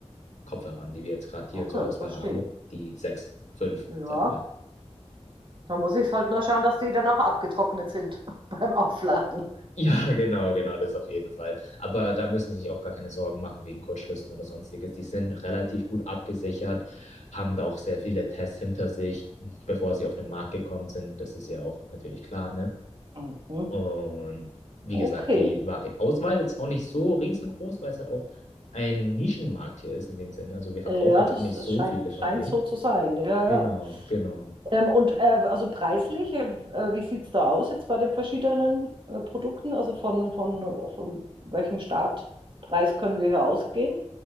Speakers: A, on the left; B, on the right.
A: Kopfhörern, die wir jetzt gerade hier
B: Okay,
A: zur Auswahl
B: verstehe.
A: haben. Die 6 fünf,
B: Ja,
A: sag ich mal. <laughs>
B: dann muss ich halt nur schauen, dass die dann auch abgetrocknet sind <laughs> beim Aufladen.
A: Ja, genau, genau, das auf jeden Fall. Aber da müssen Sie sich auch gar keine Sorgen machen wegen Kurzschlüssen oder sonstiges. Die sind relativ gut abgesichert, haben da auch sehr viele Tests hinter sich, bevor sie auf den Markt gekommen sind. Das ist ja auch natürlich klar, ne?
B: Mhm.
A: Und wie
B: Okay.
A: gesagt, die Vari Auswahl ist jetzt auch nicht so riesengroß, weil es halt auch ein Nischenmarkt hier ist in dem Sinne. Also wir verkaufen
B: Äh, Ja,
A: jetzt
B: das
A: auch nicht so
B: scheint,
A: viele
B: scheint
A: von denen.
B: so zu sein. Ja, ja.
A: Genau, genau.
B: Ähm, und äh, also preislich, äh, äh, wie sieht es da aus jetzt bei den verschiedenen äh, Produkten? Also von, von, von welchem Startpreis können wir hier ausgehen?